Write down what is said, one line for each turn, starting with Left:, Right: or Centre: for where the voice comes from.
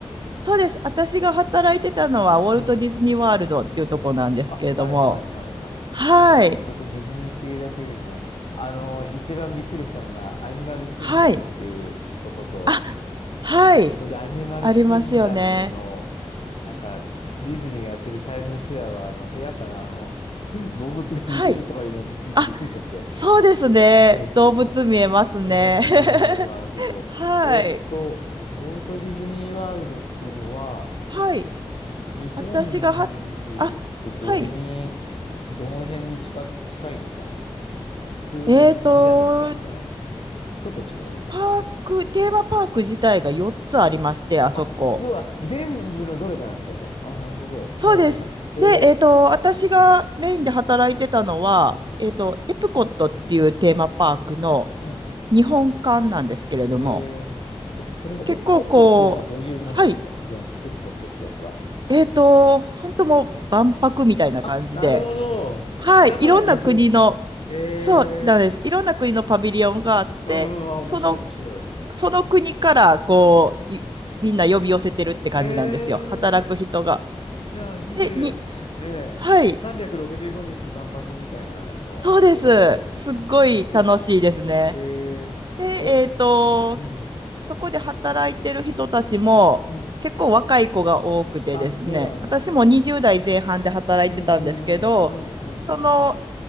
Right: そうです。私が働いてたのはウォルト・
Left: うん。
Right: ディズニー・ワールドっていうとこなんですけれども。
Left: そうあ、はいはいはいはい。
Right: はい。
Left: ねえ、あそこディズニー系だけでも、あの、一番びっくりしたのが、アニマルキンダムっていうとこと、
Right: はい。あ、はい。
Left: それでアニマルキンダムの、
Right: ありますよね。
Left: なんか、ディズニーがやってるタイムシェアは、あの、部屋から、あの、<laughs> 動物が見れるとかいうのを聞いてびっくりしちゃって。
Right: はい。あ、そうですね。
Left: そうそうそうそう。
Right: 動物見えますね。
Left: ね、
Right: <laughs>
Left: なるほど、なるほど。
Right: はい。
Left: えーっと、ウォルト・ディズニー・ワールドっていうのは、
Right: はい。
Left: 日本で言うと、
Right: 私がは、あ、
Left: どれに、
Right: はい。
Left: どの辺に近く、近いんですかね。普通のディズニーランドに近いんですかね。
Right: えっと、
Left: ちょっと違う
Right: パーク、テーマパーク自体が4つありまして、あそこ。
Left: あ、要は全部のどれかなんですか、じゃあ。あ、なるほど。
Right: そうです。
Left: はいはいはい。えー、
Right: で、えっと、私がメインで働いてたのは、
Left: うん、
Right: えっと、エプコットっていうテーマパークの
Left: うん。
Right: 日本館なんですけれども、
Left: えー、え、それは、
Right: 結構こう、
Left: エプコットっていうのはどういうものなんですか全、
Right: はい。
Left: エプコットってやつは。
Right: えっと、本当もう万博みたいな感じで、
Left: あ、なるほど。
Right: はい。
Left: だから日本か。
Right: いろんな国の
Left: へ
Right: そうなんです。
Left: え。
Right: いろんな国のパビリオンがあって、
Left: うんうん。あ、面白い面白い。
Right: その、その国からこういみんな呼び寄せてるって感じなんですよ。
Left: え
Right: 働く人が。
Left: え。じゃあ20、
Right: で、に、
Left: ねえ、
Right: はい、
Left: 365日万博みたいなの、
Right: そうです。
Left: テーマパークなので。
Right: すっごい楽しいですね。
Left: あ、楽しいな。へえ。
Right: で、えっと、
Left: え、うん。
Right: そこで働いてる人たちも結構若い子が多くてですね、
Left: うん。あ、そうなんですか。
Right: 私も20代前半で働いてたんですけど、
Left: うんうんうんうんうん
Right: その、